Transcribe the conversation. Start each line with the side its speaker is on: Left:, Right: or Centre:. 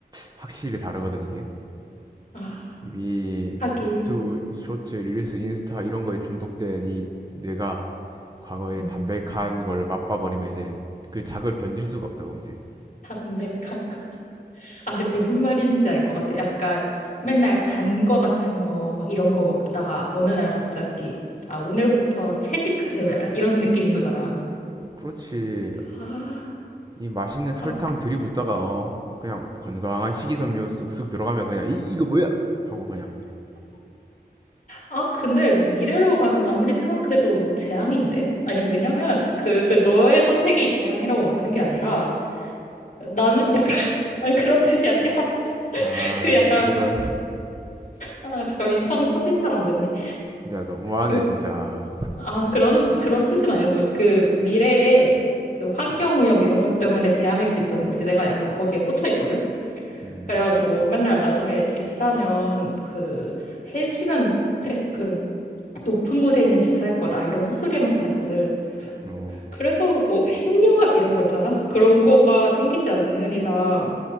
Right: 확실히 다르거든 이게.
Left: 아,
Right: 이
Left: 하긴,
Right: 유튜브 쇼츠, 릴리스, 인스타 이런 거에 중독된 이 뇌가 과거에
Left: 음,
Right: 담백한 걸 맛봐버리면 이제 그 자극을 견딜 수가 없다고 이제.
Left: 담백하고. 아, 근데 무슨 말인지 알 것 같아. 약간 맨날 단 거 같은 거, 막 이런 거 먹다가 어느 날 갑자기, 아, 오늘부터 채식하세요. 약간 이런 느낌인 거잖아.
Right: 그렇지.
Left: 아,
Right: 이 맛있는 설탕
Left: 아,
Right: 들이붓다가 어, 그냥 건강한 식이섬유 쑥쑥 들어가면 그냥 이 이거 뭐야 하고 그냥
Left: 아, 근데 미래로 가면 아무리 생각해도 재앙인데? 아니, 왜냐면 그, 그 너의 선택이 재앙이라고 말하는 게 아니라 나는 약간, <laughs> 아니, 그런 뜻이 아니라 <laughs>
Right: 아
Left: 그 약간,
Right: 이런 <laughs>
Left: 아, 잠깐 인상 터진 사람 됐네.
Right: 진짜 너무하네
Left: 그
Right: 진짜.
Left: 아, 그런, 그런 뜻은 아니었어. 그 미래에 그 환경오염
Right: 음.
Left: 이런 것 때문에 재앙일 수 있다는 거지. 내가 약간 거기에 꽂혀 있거든.
Right: 음.
Left: 그래가지고 맨날 나중에 집 사면 그 해수면 해- 그 높은 곳에 있는 집 살 거다 이런 헛소리 하면서 다니거든.
Right: 어,
Left: 그래서 뭐 핵융합 이런 거 있잖아. 그런 거가 생기지 않는 이상